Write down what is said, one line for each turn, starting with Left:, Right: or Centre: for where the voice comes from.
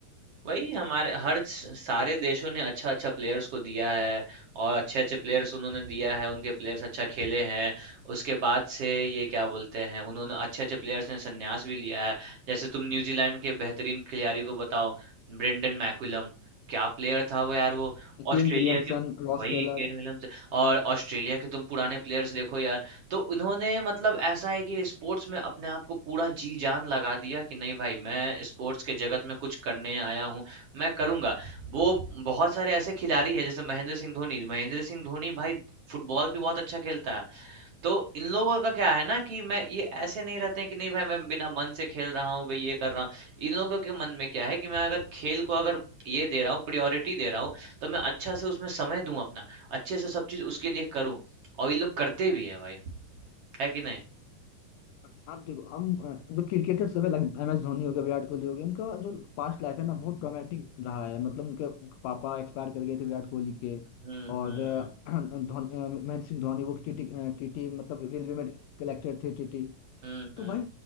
Right: वही हमारे हर स- सारे देशों ने अच्छा अच्छा प्लेयर्स को दिया है और अच्छे अच्छे प्लेयर्स उन्होंने दिया है उनके प्लेयर्स अच्छा खेले हैं उसके बाद से ये क्या बोलते हैं उन्होंने अच्छे अच्छे प्लेयर्स ने संन्यास भी लिया है जैसे तुम न्यूजीलैंड के बेहतरीन खिलाड़ी को बताओ ब्रेंडन मैकुलम क्या प्लेयर था वो यार वो ऑस्ट्रेलिया
Left: केन विलियमसन
Right: के
Left: रॉस
Right: वही
Left: टेलर
Right: केन विलियम्स और ऑस्ट्रेलिया के तुम पुराने प्लेयर्स देखो यार तो उन्होंने मतलब ऐसा है कि स्पोर्ट्स में अपने आप को पूरा जी जान लगा दिया कि नहीं भाई मैं स्पोर्ट्स के जगत में कुछ करने आया हूँ मैं करूँगा वो बहुत सारे ऐसे खिलाड़ी हैं जैसे महेंद्र सिंह धोनी महेंद्र सिंह धोनी भाई फुटबॉल भी बहुत अच्छा खेलता है तो इन लोगों का क्या है ना कि मैं ये ऐसे नहीं रहते हैं कि नहीं भाई मैं बिना मन से खेल रहा हूँ भाई ये कर रहा हूँ इन लोगों के मन में क्या है कि मैं अगर खेल को अगर ये दे रहा हूँ प्रायोरिटी दे रहा हूँ तो मैं अच्छा से उसमें समय दूं अपना अच्छे से सब चीज उसके लिए करूँ और ये लोग करते भी हैं भाई है कि नहीं
Left: आप देखो हम अ, जो क्रिकेटर सब है लाइक एम एस धोनी हो गया विराट कोहली हो गया इनका जो पास्ट लाइफ है ना बहुत ट्रॉमेटिक रहा है मतलब उनके पापा एक्सपायर कर गए थे विराट कोहली के
Right: हम्म
Left: और
Right: हम्म
Left: अ, <clears throat> धोनी अ, महेंद्र सिंह धोनी वो टीटी टीटी मतलब रेलवे में कलेक्टर थे टीटी
Right: हम्म
Left: तो
Right: हम्म
Left: भाई